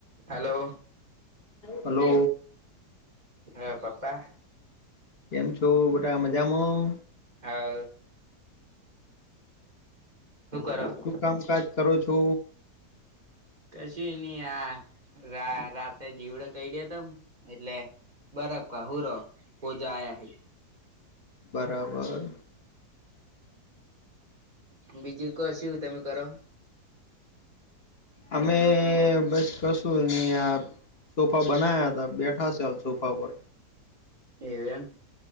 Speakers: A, on the right; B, on the left.
A: hello
B: hello
A: હ પપ્પા
B: કેમ છો બટા મજામાં
A: હા શું કર
B: શું કામકાજ કરો છો
A: કશી નહી આ રા રાતે જીવડ કઈડયા તા એટલે બરફ ઘહુ લો હોજા આયા હે
B: બરાબર
A: બીજું કો સુ તમે કરો
B: અમે બસ કશું હી આ સોફા બનાયા હતા બેઠા સે હાલ સોફા પર
A: એવું એમ